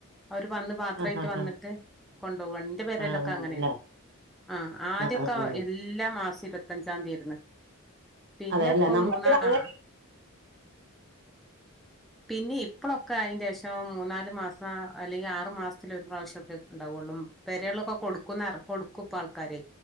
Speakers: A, in the centre; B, on the right.
A: അവര് വന്ന് പാത്രമായിട്ട്
B: ആഹ് ആഹ്
A: വന്നിട്ട്
B: ആഹ്
A: വന്റെ പേര്തൊക്കെ
B: ആഹ്
A: അങ്ങനെയാ
B: അങ്ങനല്ലേ
A: ആഹ് ആദ്യൊക്കെ
B: ആഹ് ഉം
A: എല്ല മാസം ഇരുപത്തഞ്ചാം തീയതിന് പിന്നെ
B: അതെല്ലേ
A: ഇപ്പൊ
B: നമ്മക്കിവിടെ
A: മൂന്നാ
B: അങ്ങനെ
A: ആ പിന്നെ ഇപ്പഴൊക്കെ അയിന്റെ പക്ഷ മൂന്നാല് മാസം അല്ലെങ്കിൽ ആറു മാസത്തില ഒരു പ്രാവശ്യക്കെ ഉണ്ടാവുള്ളൂ പെരയുള്ളൊക്കെ കൊടുക്കുന്ന കൊ- ക്കപ്പ ആൾക്കാരെ